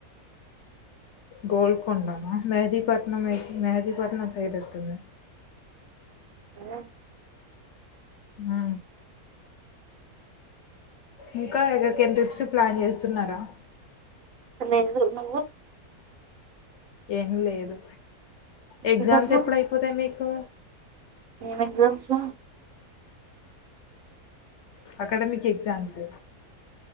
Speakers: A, on the left; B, on the right.
A: గోల్కొండనా మెహదీపట్నంై మెహదీపట్నం సైడ్ ఎతుంది
B: ఆ
A: ఆ ఇంకా ఎక్కడికైనా ట్రిప్స్ ప్లాన్ చేస్తున్నారా
B: అ లేదు నువ్వు
A: ఏం లేదు ఎగ్జామ్స్
B: ఎక్కట్లో
A: ఎప్పుడయిపోతాయి మీకు
B: ఏం ఎగ్జామ్స్
A: తె అకాడమిక్ ఎగ్జామ్స్